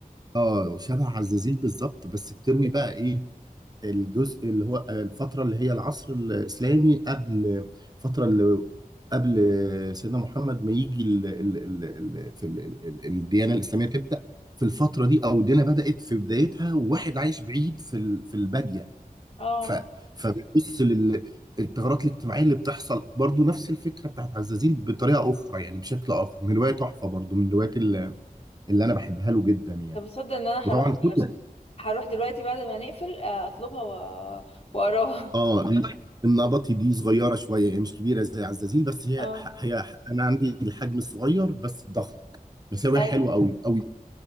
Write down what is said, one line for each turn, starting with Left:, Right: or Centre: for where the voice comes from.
Right: اه شبه عزازيل بالظبط بس بتروي بقى ايه الجزء اللي هو آه، الفترة اللي هي العصر الإسلامي قبل الفترة اللي قبل سيدنا محمد ما يجي ال ال ال ال في ال ال الديانة الإسلامية تبدأ في الفترة دي أو الدنيا بدأت في بدايتها وواحد عايش بعيد في ال- في البادية
Left: اه
Right: ف... فبنبص للثغرات الاجتماعيه اللي بتحصل برضو نفس الفكره بتاعت عزازيل بطريقه اخرى يعني بشكل اخر من روايه تحفه برضو من الروايات اللي, اللي انا بحبها له جدا يعني
Left: طب تصدق ان انا
Right: وطبعا
Left: هروح
Right: كتب
Left: <laughs> هروح دلوقتي بعد ما نقفل آه، اطلبها و- واقراها
Right: اه النبطي دي صغيره شويه يعني مش كبيره زي عزازيل بس هي
Left: اه
Right: هي انا عندي الحجم الصغير بس الضخم بس هي روايه
Left: ايوه
Right: حلوه قوي قوي